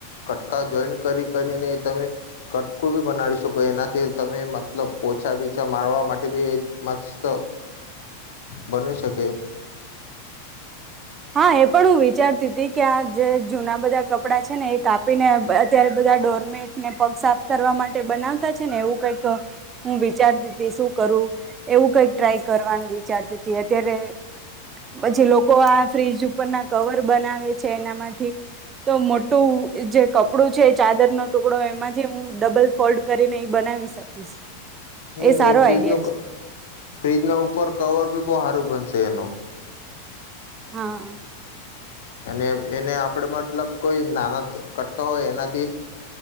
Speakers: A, on the left (about 55°); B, on the right (about 25°).
A: કટકા જોઈન્ટ કરી કરીને તમે કટકોું બી બનાવી શકો એનાથી તમે મતલ ઓછા બીછા મારવા માટે બી મસ્ત તો બને શકે
B: હા એ પણ હું વિચારતી હતી કે આ જે જૂના બધા કપડાં છે ને એ કાપીને અત્યારે બધા ડોરમેટને પગ સાફ કરવા માટે બનાવતા છે ને એવું કઈક હું વિચારતી હતી શું કરું એવું કઈક ટ્રાય કરવાનું વિચારતી હતી અત્યારે પછી લોકો આ ફ્રીજ ઉપરના કવર બનાવે છે એનામાંથી તો મોટું જે કપડું છે ચાદરનો ટુકડો એમાંથી હું ડબલ ફોલ્ડ કરીને એ બનાવી શકીશ
A: હમ
B: સારો
A: એ ફ્રીજ
B: આઈડિયા
A: <inaudible>
B: છે
A: ફ્રીજ ના ઉપર કવર બો હારું બનશે એનો
B: હા
A: અને એને આપડ મતલબ કોઈ નાના કટકા હોય એનાથી